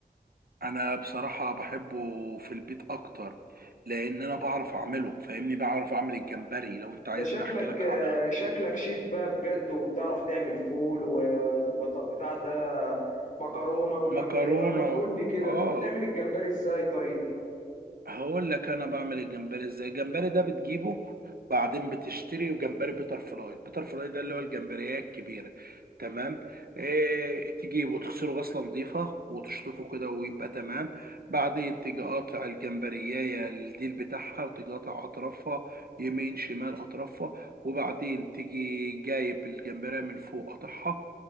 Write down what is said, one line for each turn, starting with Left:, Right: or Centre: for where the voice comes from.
Right: انا بصراحة بحبه في البيت اكتر لان انا بعرف اعمله فاهمني بعرف اعمل الجمبري لو انت
Left: انت
Right: عايزني
Left: شكلك
Right: احكي لك على
Left: شكلك شيف بقى بجد وبتعرف تعمل فول وبتاع ده مكرونه وجمبري
Right: مكرونة
Left: طب ما تقول لي كده
Right: اه
Left: طب بتعمل الجمبري ازاي طيب
Right: هقول لك انا بعمل الجمبري ازاي الجمبري ده بتجيبه بعدين بتشتري جمبري بيتر فلاي البيتر فلاي ده اللي هو الجمبريه الكبيره تمام إيه تجيبه تغسله غسله نظيفه وتشطفه كده ويبقى تمام بعدين تيجي قاطع الجمبريه الديل بتاعها وتيجي قاطع اطرافها يمين شمال اطرافها وبعدين تيجي جايب الجمبريه من فوق قاطعها